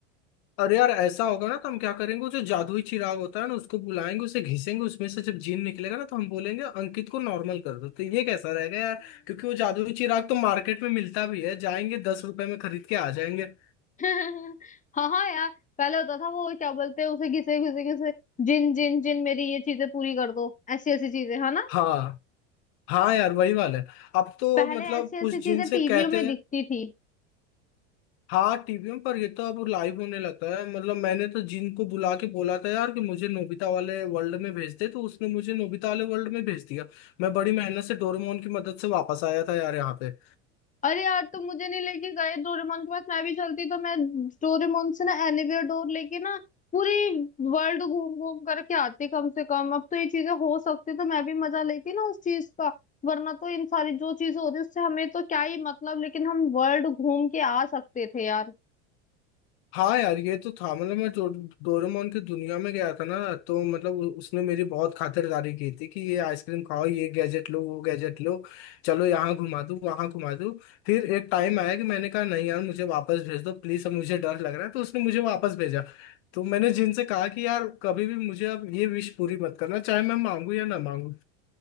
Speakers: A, on the left; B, on the left.
A: अरे यार ऐसा होगा ना तो हम क्या करेंगे वो जो जादुई चिराग होता है ना उसको बुलाएंगे उसे घिसेंगे उसमें से जब जीन निकलेगा ना तो हम बोलेंगे अंकित को नॉर्मल कर दो तो ये कैसा रहेगा यार क्योंकि वो जादुई चिराग तो मार्केट में मिलता भी है जाएंगे दस रुपए में खरीद के आ जाएंगे
B: <laughs> हाँ हाँ यार पहले होता था वो क्या बोलते हैं उसे घिसे घिसे घिसे जिन जिन जिन मेरी ये चीजें पूरी कर दो ऐसी ऐसी चीजें है ना
A: हाँ हाँ यार वही वाला है अब तो
B: पहले
A: मतलब
B: ऐसी ऐसी
A: उस
B: चीजें
A: जिन से
B: टीवियों
A: कहते
B: में
A: हैं
B: दिखती थी
A: हाँ टीवी में पर ये तो अब लाइव होने लगा है मतलब मैंने तो जिन को बुला के बोला था यार कि मुझे नोबिता वाले वर्ल्ड में भेज दे तो उसने मुझे नोबिता वाले वर्ल्ड में भेज दिया मैं बड़ी मेहनत से डोरेमोन की मदद से वापस आया था यार यहाँ पे
B: अरे यार तुम मुझे नहीं लेके गए डोरेमोन के पास मैं भी चलती तो मैं डोरेमोन से ना एनीवेयर डोर लेके ना पूरी वर्ल्ड घूम घूम करके आती कम से कम अब तो ये चीजें हो सकती तो मैं भी मजा लेती ना उस चीज का वरना तो इन सारी जो चीजें हो रही है, उससे हमें तो क्या ही मतलब लेकिन हम वर्ल्ड घूम के आ सकते थे यार
A: हाँ यार ये तो था मतलब मैं डो, डोरेमोन की दुनिया में गया था ना तो मतलब उ- उसने मेरी बहुत खातिरदारी की थी कि ये आइसक्रीम खाओ ये गैजेट लो वो गैजेट लो चलो यहाँ घुमा दूँ वहाँ घुमा दूँ फिर एक टाइम आया कि मैंने कहा नहीं यार मुझे वापस भेज दो प्लीज़ अब मुझे डर लग रहा है तो उसने मुझे वापस भेजा तो मैंने जिनसे कहा कि यार कभी भी मुझे अब ये विश पूरी मत करना चाहे मैं मांगू या ना मांगू